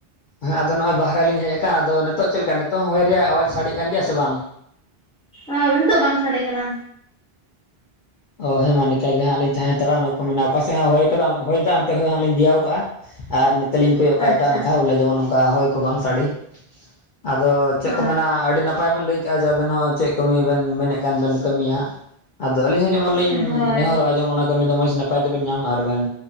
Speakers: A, on the left; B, in the centre.
A: ᱦᱮᱸ ᱟᱫᱚ ᱱᱚᱜ ᱚᱭ ᱵᱟᱦᱨᱮ ᱞᱤᱧ ᱦᱮᱡ ᱟᱠᱟᱱ ᱟᱫᱚ ᱱᱤᱛᱚᱜ ᱪᱮᱞᱠᱟ ᱱᱤᱛᱚᱜ ᱦᱚᱸᱭ ᱨᱮᱭᱟᱜ ᱟᱣᱟᱡ ᱥᱟᱰᱮᱜ ᱠᱟᱱ ᱜᱮᱭᱟ ᱥᱮ ᱵᱟᱝ
B: ᱟᱸᱻ ᱩᱱᱤᱛᱚᱜ ᱵᱟᱝ ᱥᱟᱰᱮ ᱠᱟᱱᱟ
A: ᱚ ᱦᱮᱸ ᱢᱟ ᱱᱤᱠᱟᱭ ᱜᱮ ᱦᱟᱸᱜ ᱞᱤᱧ ᱛᱟᱦᱮᱸ ᱦᱟᱛᱟᱲᱚᱜᱼᱟ ᱚᱱᱟ ᱠᱚ ᱢᱮᱱᱟ ᱚᱠᱟᱥᱮᱫ ᱦᱟᱸᱜ ᱦᱚᱭ ᱠᱟᱫᱟ ᱚᱱ ᱦᱛᱭ ᱫᱟ ᱚᱱᱛᱮ ᱠᱷᱚᱪ ᱦᱟᱸᱜ ᱞᱤᱧ ᱫᱮᱭᱟᱣ ᱠᱟᱜᱼᱟ ᱟᱨ ᱱᱤᱛᱮ ᱞᱤᱧ ᱠᱚᱭᱚᱜᱼᱟ ᱠᱟ
B: ᱟᱪᱪᱷᱟ
A: ᱮᱴᱟᱜ ᱱᱟᱠᱷᱟ ᱚᱞᱮ ᱡᱮᱢᱚᱱ ᱱᱚᱝᱠᱟ ᱦᱚᱭ ᱠᱚ ᱵᱟᱝ ᱥᱟᱰᱮ ᱟᱫᱚ ᱪᱮᱜ
B: ᱦᱳᱭ
A: ᱠᱚ ᱢᱮᱱᱟ ᱟᱹᱰᱤ ᱱᱟᱯ ᱯᱟᱭ ᱵᱮᱱ ᱞᱟᱹᱭ ᱠᱟᱜᱼᱟ ᱡᱮ ᱟᱵᱮᱱ ᱦᱚᱸ ᱪᱮᱜ ᱠᱟᱹᱢᱤ ᱵᱮᱱ ᱢᱮᱱᱮᱜ ᱠᱷᱟᱱ ᱵᱮᱱ ᱠᱟᱹᱢᱤᱭᱟ ᱦᱟᱸᱜ ᱟᱫᱚ ᱟᱞᱤᱧ ᱦᱚᱸ ᱦᱚᱸ ᱞᱤᱧ
B: ᱦᱳᱭ
A: ᱱᱮᱦᱚᱨᱚᱜᱼᱟ ᱡᱮ ᱚᱱᱟ ᱠᱟᱹᱢᱤ ᱫᱚ ᱢᱚᱡᱽ ᱱᱟᱯᱟᱭ ᱛᱮᱵᱮᱱ ᱧᱟᱢ ᱟᱨ ᱵᱮᱱ